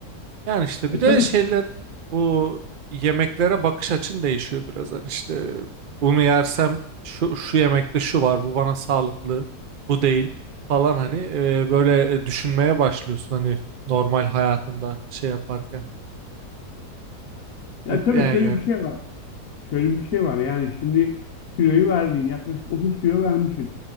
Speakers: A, on the right (about 75°); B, on the left (about 60°).
A: Yani işte bir
B: E,
A: de
B: tabii
A: şeyler bu yemeklere bakış açın değişiyor biraz. Hani işte bunu yersem şu, şu yemekte şu var bu bana sağlıklı bu değil falan hani e, böyle düşünmeye başlıyorsun hani normal hayatında şey yaparken
B: ya
A: et-
B: tabii
A: yani
B: şöyle
A: yerken.
B: bir şey var. Şöyle bir şey var. Yani şimdi kiloyu verdin. Yaklaşık 30 kilo vermişsin.